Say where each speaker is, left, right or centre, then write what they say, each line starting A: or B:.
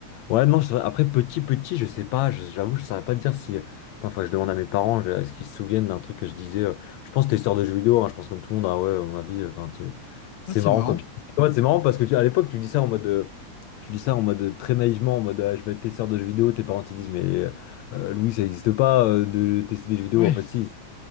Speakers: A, on the left; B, on the left.
A: Ouais, non, je après, petit, petit, je sais pas, je- j'avoue, je saurais pas te dire si. Putain, faudrait que je demande à mes parents, je- est-ce qu'ils se souviennent d'un truc que je disais. euh, Je pense que c'était histoire de jeux vidéo, hein, je pense comme tout le monde, ah ouais, euh, ma vie, euh, enfin, tu... c'est
B: Ah, c'est
A: marrant,
B: marrant.
A: quoi. Puis- Ouais, c'est marrant parce que tu- à l'époque, tu dis ça en mode. euh, Tu dis ça en mode euh, très naïvement, en mode ah, je vais être testeur de jeux vidéo, tes parents ils disent mais euh, Louis ça n'existe pas euh, de tester des jeux vidéo,
B: Ouais.
A: en fait si.